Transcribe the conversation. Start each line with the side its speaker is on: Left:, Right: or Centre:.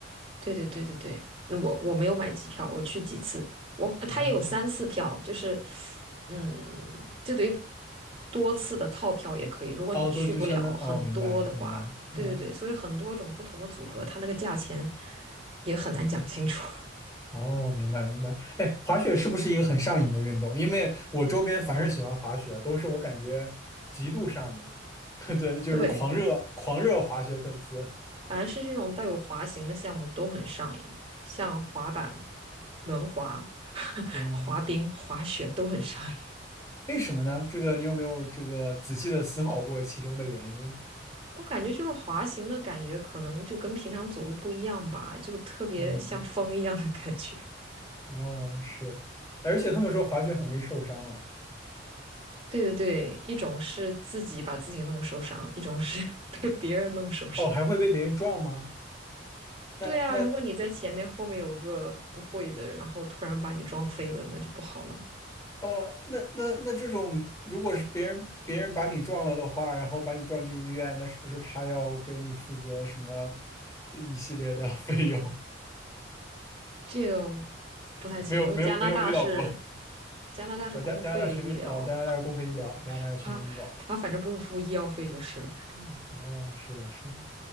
Right: 对对对对对，那我我没有买机票，我去几次，我他也有三次票，
Left: 哦，
Right: 就是，嗯，就等于多次的套票也可以。如果你去不了很多的话，
Left: 哦，都就相当，哦，明白明白，嗯。
Right: 对对对，所以很多种不同的组合，它那个价钱也很难讲清楚。
Left: 哦，明白明白。哎，滑雪是不是一个很上瘾的运动？因为我周边凡是喜欢滑雪，都是我感觉极度上瘾，<laughs>
Right: <laughs>
Left: 对，就是狂热狂热滑雪粉丝。
Right: 对，反正是这种带有滑行的项目都很上瘾，像滑板、轮滑、<laughs>
Left: 哦，
Right: 滑冰、滑雪都很上瘾。
Left: 为什么呢？这个你有没有这个仔细的思考过其中的原因？
Right: 我感觉就是滑行的感觉，可能就跟平常走路不一样吧，就特别像风一样的感觉。
Left: 嗯，
Right: <laughs>
Left: 哦，是，哎而且他们说滑雪很容易受伤啊。
Right: 对对对，一种是自己把自己弄受伤，一种是 <laughs> 被别人弄受伤。
Left: 哦，还会被别人撞吗？那那
Right: 对啊，如果你在前面，后面有个不会的，然后突然把你撞飞了，那就不好了。
Left: 呃，那那那这种，如果是别人别人把你撞了的话，然后把你撞进医院，那是不是他要给你负责什么呃一系列的 <laughs> 费用？
Right: 这个不太清楚，
Left: 没有没有没有遇到过。
Right: 因为加拿大是加拿大是公费医疗，
Left: 哦，加加拿大全民哦，加拿大是公费医疗，加拿大是全民医保。
Right: <laughs> 他他反正不用付医药费就是了。
Left: 嗯，哦，是的，是的，